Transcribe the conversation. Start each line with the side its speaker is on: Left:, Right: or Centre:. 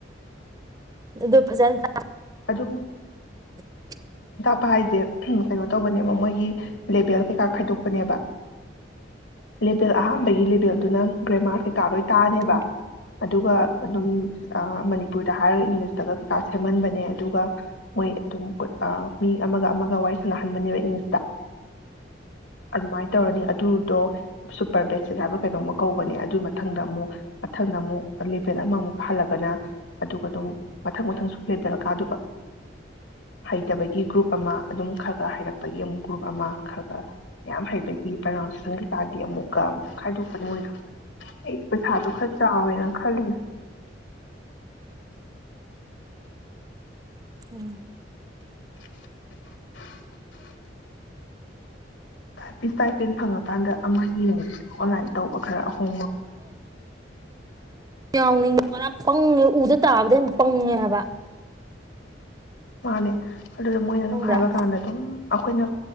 Right: ꯑꯗꯨ ꯐꯖꯅ
Left: ꯑꯗꯨ
Right: <unintelligible>
Left: ꯏꯄꯥ ꯍꯥꯏꯁꯦ ꯀꯩꯅꯣ ꯇꯧꯕꯅꯦꯕ ꯃꯣꯏꯒꯤ ꯂꯦꯕꯦꯜ ꯀꯩꯀꯥ ꯈꯥꯏꯗꯣꯛꯄꯅꯦꯕ ꯂꯦꯕꯦꯜ ꯑꯍꯥꯟꯕꯒꯤ ꯂꯦꯕꯦꯜꯗꯨꯅ ꯒ꯭ꯔꯦꯃꯥꯔ ꯀꯩꯀꯥ ꯂꯣꯏ ꯇꯥꯅꯦꯦꯕ
Right: ꯎꯝ
Left: ꯑꯗꯨꯒ ꯑꯗꯨꯝ ꯃꯅꯤꯄꯨꯔꯗ ꯍꯥꯏꯔꯒ ꯏꯪꯂꯤꯁꯇꯒ ꯀꯩꯀꯥ ꯁꯦꯝꯍꯟꯕꯅꯦ ꯑꯗꯨꯒ ꯃꯣꯏ ꯑꯗꯨꯝ ꯃꯤ ꯑꯃꯒ ꯑꯃꯒ ꯋꯥꯔꯤ ꯁꯥꯟꯅꯍꯟꯕꯅꯦꯕ ꯏꯪꯂꯤꯁꯇ ꯑꯗꯨꯃꯥꯏꯅ ꯇꯧꯔꯅꯤ ꯑꯗꯨꯗꯣ ꯁꯨꯄꯔ ꯕꯦꯁꯁꯤꯠ ꯍꯥꯏꯕ ꯀꯩꯅꯣꯝ ꯀꯧꯕꯅꯦ ꯑꯗꯨ ꯃꯊꯪꯗ ꯑꯃꯨꯛ ꯃꯊꯪꯗ ꯑꯃꯨꯛ ꯂꯦꯚꯦꯜ ꯑꯃꯃꯨꯛ ꯀꯥꯍꯜꯂꯛꯒꯅ ꯑꯗꯨꯒ ꯑꯗꯨꯝ ꯃꯊꯪ ꯃꯊꯪ ꯁ ꯂꯦꯚꯦꯜ ꯀꯥꯗꯕ ꯍꯩꯇꯕꯒꯤ ꯒ꯭ꯔꯨꯞ ꯑꯃ ꯑꯗꯨꯝ ꯈ ꯈꯔ ꯍꯩꯔꯛꯄꯒꯤ ꯑꯃꯨꯛ ꯒ꯭ꯔꯨꯞ ꯑꯃ ꯈ ꯈ ꯌꯥꯝ ꯍꯩꯕꯒꯤ ꯄ꯭ꯔꯅꯥꯎꯟꯁꯤꯦꯁꯟ ꯀꯩꯀꯥꯒꯤ ꯑꯃꯨꯛꯀ ꯑꯃꯨꯛ ꯈꯥꯏꯗꯣꯛꯄꯅꯤ ꯃꯣꯏꯗ ꯑꯩ ꯄꯩꯁꯥꯗꯨꯣ ꯈꯔ ꯆꯥꯎꯋꯦꯅ ꯈꯜꯂꯤꯅꯦ
Right: ꯎꯝ
Left: <unintelligible> ꯄꯤꯁꯇꯥꯏꯄꯦꯟ ꯐꯪꯉꯀꯥꯟꯗ ꯑꯃ ꯌꯦꯡꯉꯁꯦ ꯑꯣꯟꯂꯥꯏꯟ ꯇꯧꯕ ꯈꯔ ꯑ ꯍ
Right: ꯌꯥꯎꯅꯤꯡ ꯄꯨꯔꯥ ꯄꯪꯉꯦ ꯎꯗ ꯇꯥꯕꯗ ꯑꯗꯨ ꯄꯪꯉꯦ ꯍꯥꯏꯕ
Left: ꯃꯥꯅꯦ ꯑꯗꯨꯗ ꯃꯣꯏꯅ ꯑꯗꯨꯝ
Right: ꯈꯪꯕ꯭ꯔꯥ
Left: ꯍꯥꯏꯕ ꯀꯥꯟꯗ ꯑꯗꯨꯝ ꯑꯩꯈꯣꯏꯅ